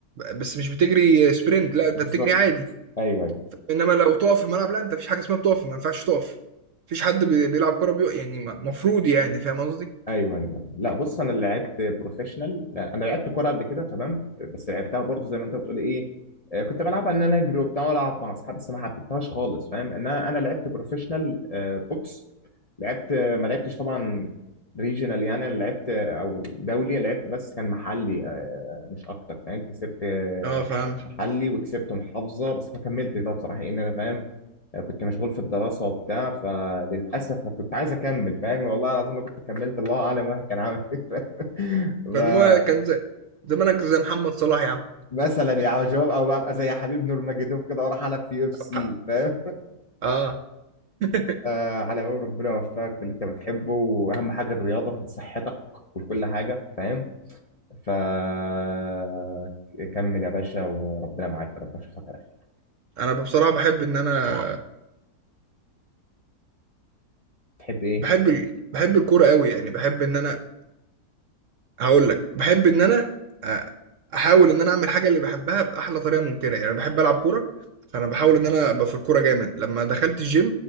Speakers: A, on the right; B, on the left.
A: بس مش بتجري سبرنت لا انت
B: بالظبط
A: بتجري عادي
B: ايوه ايوه
A: انما لو تقف في الملعب لا انت ما فيش حاجه اسمها بتقف ما ينفعش تقف مفيش حد بي- بيلعب كوره بيق... يعني المفروض يعني فاهم قصدي
B: ايوه ايوه أيوة. لا بص انا اللي لعبت بروفيشنال لا، انا لعبت كوره قبل كده تمام بس لعبتها برضو زي ما انت بتقول ايه آه، كنت بلعبها ان انا اجري وبتاع والعب مع اصحابي بس ما حبيتهاش خالص فاهم ان انا انا لعبت بروفيشنال آه، بوكس لعبت آه، ما لعبتش طبعا ريجيونال يعني انا لعبت آه، او دولي لعبت بس كان محلي آه، مش اكتر فاهم كسبت آه،
A: اه فهمت
B: محلي وكسبت محافظة بس ما كملتش بقى بصراحة إن أنا فاهم آه، كنت مشغول في الدراسة وبتاع فللأسف ما كنت عايز أكمل فاهم والله العظيم لو كنت كملت الله أعلم واحد كان عامل إيه <laughs> ف-
A: كان هو كان زي... زمانك زي محمد صلاح يا عم
B: مثلا يعني جواب أو أبقى زي حبيب نورماجيدوف كده وأروح ألعب في يو اف سي
A: حق.
B: فاهم
A: اه <laughs>
B: آه على قول ربنا يوفقك في اللي أنت بتحبه وأهم حاجة الرياضة صحتك وكل حاجة فاهم فكمل يا باشا وربنا معاك يا رب أشوفك على خير
A: انا بصراحه بحب ان انا
B: تحب إيه؟
A: بحب ال... بحب الكوره قوي يعني بحب ان انا هاقول لك، باحب إن أنا أ أحاول إن أنا أعمل الحاجة اللي باحبها بأحلى طريقة ممكنة، يعني باحب ألعب كورة، فأنا باحاول إن أنا أبقى في الكورة جامد، لمّا دخلت الgym